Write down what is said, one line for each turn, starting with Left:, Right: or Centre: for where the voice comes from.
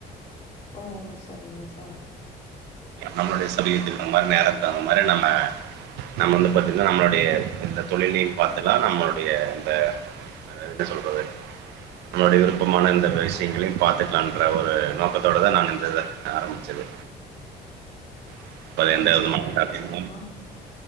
Left: ஓ சரிங்க சார்
Right: நம்மளுடைய சமீபத்துக்கு அந்த மாரி நேரத்துக்கு தகுந்த மாரி நம்ம நம்ம வந்து பாத்தீங்கன்னா நம்மளுடைய இந்த தொழிலையும் பாத்துலாம் நம்மளுடைய இந்த என்ன சொல்றது நம்மளுடைய விருப்பமான இந்த விஷயங்களையும் பாத்துக்கலாம்ன்ற ஒரு நோக்கத்தோடதான் நான் இந்த ஆரம்பிச்சது <inaudible> ம்
Left: நிச்சயமா, நிச்சயமா.